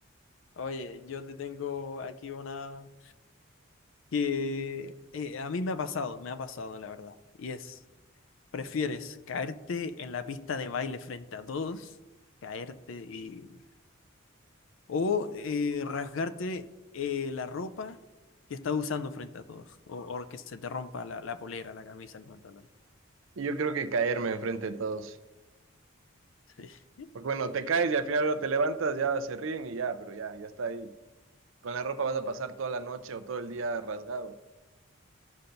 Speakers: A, on the left (about 70°); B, on the right (about 70°).
A: Oye, yo te tengo aquí una que eh, a mí me ha pasado, me ha pasado la verdad. Y es, ¿prefieres caerte en la pista de baile frente a todos, caerte y... o eh, rasgarte eh, la ropa que estás usando frente a todos, o, o que se te rompa la, la polera, la camisa, el pantalón?
B: Y yo creo que caerme enfrente de todos.
A: <laughs> Sí,
B: Porque bueno, te caes y al final luego te levantas, ya se ríen y ya, pero ya, ya está ahí. Con la ropa vas a pasar toda la noche o todo el día rasgado.